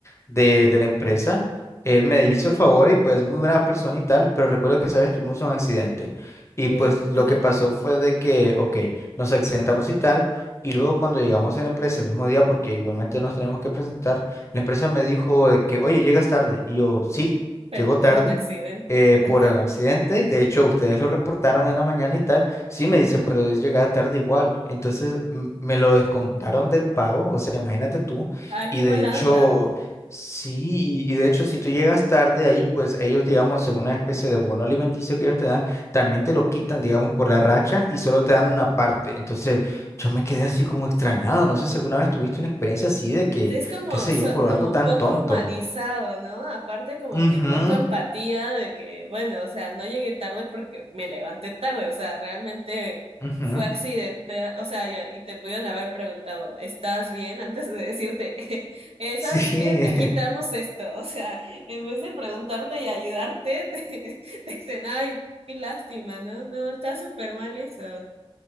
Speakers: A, on the left (about 30°); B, on the right (about 80°).
A: de, de la empresa. Él me hizo el favor y pues muy buena persona y tal, pero recuerdo que, sabes, tuvimos un accidente. Y
B: uy,
A: pues lo
B: ajá,
A: que pasó fue de que, ok, nos accidentamos y tal, y luego cuando llegamos a la empresa el mismo día, porque igualmente nos tenemos que presentar, la empresa me dijo de que, oye, llegas tarde. Y yo, sí,
B: pero
A: llegó
B: tuve
A: tarde
B: un accidente.
A: eh,
B: <laughs> Ajá.
A: por un accidente. De hecho, ustedes lo reportaron en la mañana y tal. Sí, me dice, pero es llegada tarde igual. Entonces m- me lo descontaron del pago, o sea, imagínate tú.
B: Ay,
A: Y
B: qué
A: de
B: mala
A: hecho...
B: onda.
A: Sí, y y de hecho, si tú llegas tarde ahí, pues ellos, digamos, en una especie de bono alimenticio que ellos te dan, también te lo quitan, digamos, por la racha y solo te dan una parte. Entonces, yo me quedé así como extrañado. No sé si alguna vez tuviste una experiencia así de que,
B: Sí, es como,
A: qué sé
B: so-
A: yo, por
B: como
A: algo tan
B: poco
A: tonto.
B: humanizado, ¿no? Aparte como
A: Ujú,
B: que poco empatía de que, bueno, o sea, no llegué tarde porque me levanté tarde, o sea, realmente
A: ujú.
B: fue accidente, o sea, ya- y te pudieron haber preguntado, ¿estás bien? Antes de decirte, <laughs> "Eh, ¿sabes
A: Sí,
B: qué? Te quitamos esto, o sea, en vez de preguntarte y ayudarte, <laughs> te, te dicen, ay, qué lástima, ¿no? No, está súper mal eso.